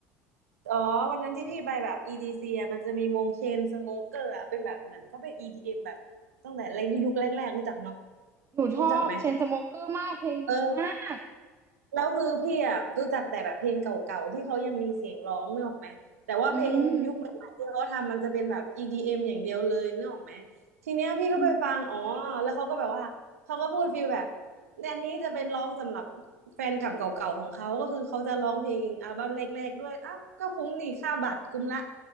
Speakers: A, on the right; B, on the right.
A: อ๋อ วันนั้นที่พี่ไปแบบ EDC อะมันจะมีวงเชนสโมเกอร์อะเป็นแบบเหมือนเขาเป็น EDM แบบตั้งแต่แรกยุคแรกๆ รู้จักเนาะ
B: หนูชอบเชนสโมเกอร์มากเพลงดีมาก
A: รู้จักไหมเออ แล้วคือพี่อ่ะรู้จักแต่แบบเพลงเก่าๆที่เขายังมีเสียงร้องนึกออกไหมแต่ว่าเพลงยุคใหม่ๆที่เขาทำมันจะเป็นแบบ
B: อืม
A: EDM อมอย่างเดียวเลยนึกออกไหมทีเนี้ยพี่ก็ไปฟังอ๋อแล้วเขาก็แบบว่าเขาก็พูดฟีลแบบ
B: อืม
A: เนี่ยอันนี้จะเป็นร้องสำหรับแฟนเกับเก่าๆของเขาก็คือเขาจะร้องเพลงอัลบั้มแรกๆด้วยอ้าวก็คุ้มนี่ค่าบัตรคุ้มละ